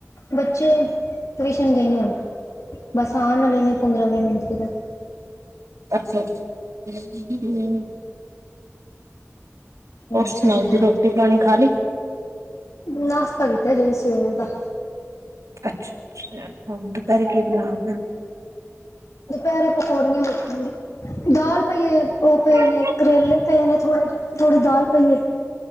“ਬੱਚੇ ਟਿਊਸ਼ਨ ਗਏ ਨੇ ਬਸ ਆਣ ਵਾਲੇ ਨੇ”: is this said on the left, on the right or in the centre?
Left